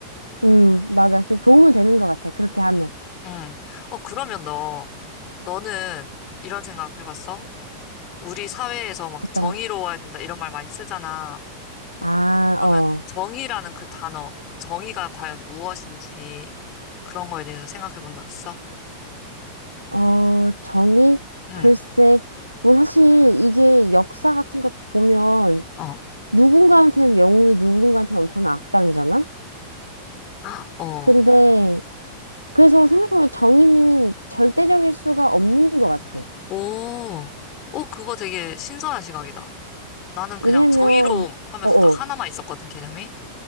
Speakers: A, on the right (about 90°); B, on the left (about 35°).
A: 음, 맞아. 좀 도움은 되는 것 같아. 그렇게 하면.
B: 응, 응. 어, 그러면 너, 너는 이런 생각 해봤어? 우리 사회에서 막
A: 어떤?
B: 정의로워야 된다 이런 말 많이 쓰잖아.
A: 아,
B: 그러면
A: 어.
B: 정의라는 그 단어, 그 정의가 과연 무엇인지 그런 거에 대해서 생각해 본 적 있어?
A: 어, 정의?
B: 응,
A: 글쎄. 뭐 사실 이게 역사 같은 것도 보면
B: 어.
A: 누군가한테는 영웅이 누군가한테는 엄청난 악당이잖아?
B: 아, 어,
A: 근데 그래서 생각해보면 정의는 절대적일 수가 없는 것 같아.
B: 오, 오, 그거 되게 신선한 시각이다. 나는 그냥
A: 왜냐면,
B: 정의로움 하면서
A: 어어.
B: 딱 하나만 있었거든, 개념이.